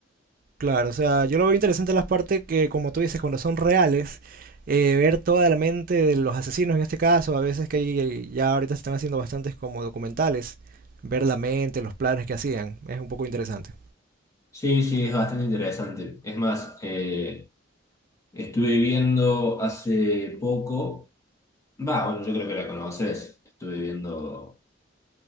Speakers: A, on the right (about 45°); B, on the left (about 15°).
A: Claro, o sea, yo lo veo interesante las partes que, como tú dices, cuando son reales, eh, ver toda la mente de los asesinos en este caso, a veces que hay- ya ahorita se están haciendo bastantes como documentales, ver la mente, los planes que hacían, es un poco interesante.
B: Sí, sí, es bastante interesante. Es más, eh, estuve viendo hace poco, va, bueno, yo creo que la conoces. Estuve viendo...